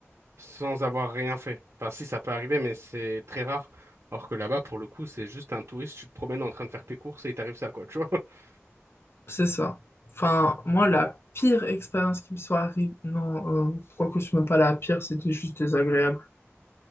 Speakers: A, on the right; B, on the left.
A: sans avoir rien fait. Enfin, si, ça peut arriver, mais c'est très rare. Alors que là-bas, pour le coup, c'est juste un touriste, tu te promènes en train de faire tes courses et il t'arrive ça, quoi, tu vois. <laughs>
B: C'est ça. Enfin, moi, la pire expérience qui me soit arrivée, non, euh, quoique ce n'est pas la pire, c'était juste désagréable.